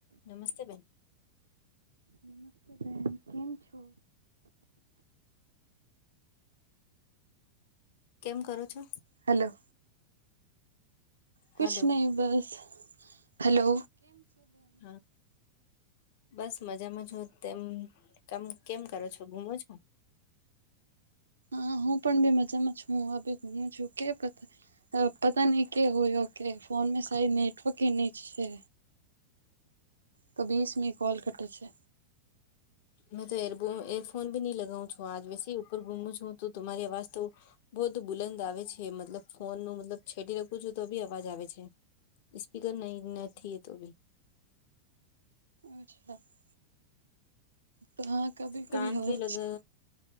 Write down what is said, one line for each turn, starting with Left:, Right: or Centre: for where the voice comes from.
Left: નમસ્તે બેન.
Right: નમસ્તે બેન કેમ છો.
Left: કેમ કરો છો.
Right: હલો. કુછ
Left: હલો
Right: નહીં બસ હલો
Left: હા. બસ મજામાં છો તેમ કામ કેમ કરો છો ગુમો છો.
Right: હા હું પણ બી મજામાં છું હું આ બી ગુમું છું કે બ. પતા નહી કે હોયો કે ફોન મે સા નેટવર્ક એ ન છે. તો બીસમ કોલ કટ છે.
Left: મેં તો એર એરફોન નહી લગાવઉ છું આજ વેસે ઉપર ગુમું છું તો તુરી આવાજ તો. બહ તો બુલંદ આવે છે મતલબ ફોન નું મતલબ છેડી રાખું છું તો બી અવાજ આવે છે. સ્પીકર નહી નથી એ તો ભી.
Right: <unintelligible> તો હા કભી કભી
Left: કાન
Right: હોય
Left: કે લગ
Right: છે.